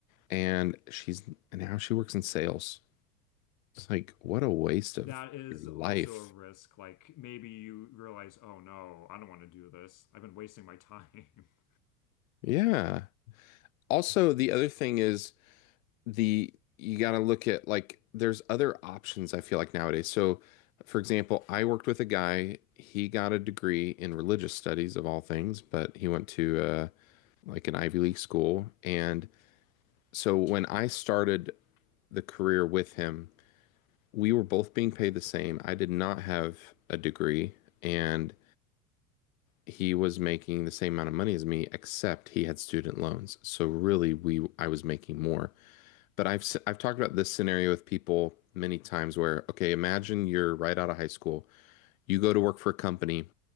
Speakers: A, on the left; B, on the left.
A: And she's and now she works in sales. It's like, what a waste
B: that
A: of
B: is
A: your life.
B: also a risk. Like maybe you realize, oh no, I don't want to do this. I've been wasting my time. <laughs>
A: Yeah. Also, the other thing is the you got to look at like there's other options I feel like nowadays. So, for example, I worked with a guy, he got a degree in religious studies of all things, but he went to uh like an Ivy League school. And so when I started the career with him, we were both being paid the same. I did not have a degree and he was making the same amount of money as me, except he had student loans. So really
B: Mm,
A: we I was making more. But I've s- I've talked about this scenario with people many times where, okay, imagine you're right out of high school. You go to work for a company.